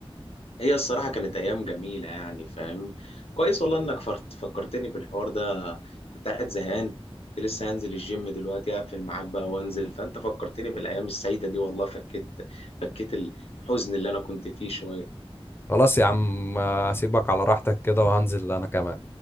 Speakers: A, on the left (about 75°); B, on the left (about 25°).
A: هي الصراحة كانت أيام جميلة يعني فاهم كويس والله إنك فرت- فكرتني بالحوار ده كنت قاعد زهقان وكنت لسه هنزل الجيم دلوقتي هقفل معاك بقى وانزل فأنت فكرتني بالأيام السعيدة دي والله فكيت فكيت الحزن اللي أنا كنت فيه شوية
B: خلاص يا عم آه، هسيبك على راحتك كده وهنزل انا كمان